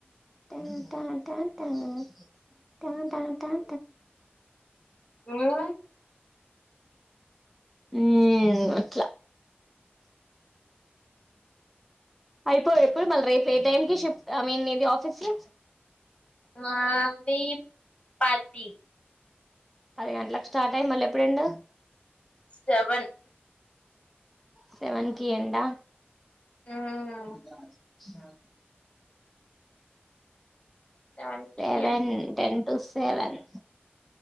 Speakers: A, in the centre; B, on the left.
A: టటట టటటాటా
B: మ్మ్
A: హ్మ్ అట్లా అయిపో ఎప్పుడు మళ్ళ రేపు ఏ టైమ్ కి షిఫ్ట్ ఐ మీన్ ఇది ఆఫీస్ కి
B: అది పది
A: పది గంటలకు స్టార్ట్ అయ్యి మళ్ళీ ఎప్పుడు ఎండ్
B: సెవెన్
A: సెవన్ కి ఎండా
B: మ్మ్
A: అ <unintelligible>
B: seven
A: సెవెన్
B: కి ఇయ్యండి
A: ten to seven